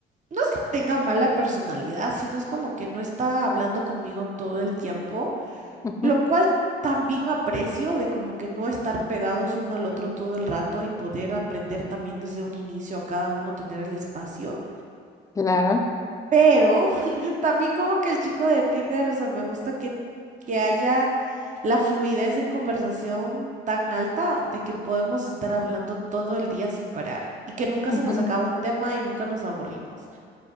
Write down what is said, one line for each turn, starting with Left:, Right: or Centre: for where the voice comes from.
Right: no es que tenga mala personalidad, sino es como que no está hablando conmigo todo el tiempo,
Left: ujú,
Right: lo cual también aprecio de como que no estar pegados uno al otro todo el rato y poder aprender también desde un inicio a cada uno tener el espacio.
Left: Claro.
Right: Pero <laughs> también como que el chico de Tinder, o sea, me gusta que, que haya la fluidez en conversación tan alta de que podemos estar hablando todo el día sin parar y que nunca
Left: ujú.
Right: se nos acaba un tema y nunca nos aburrimos.